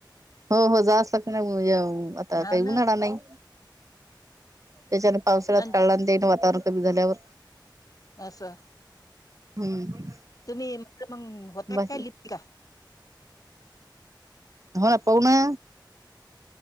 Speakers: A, on the right (about 45°); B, on the left (about 50°).
A: हो हो जास्त लागत नाही आता
B: हा
A: काही उऊन
B: ना
A: राणार नाही त्याच्यान पावसाळ्यात
B: अन
A: काढला दे वातावरण कमी झाल्यावर
B: असच स
A: हम्म
B: तुम्ही म्ह मग होता
A: बाकी
B: काय लिपिका
A: हो ना पाह ना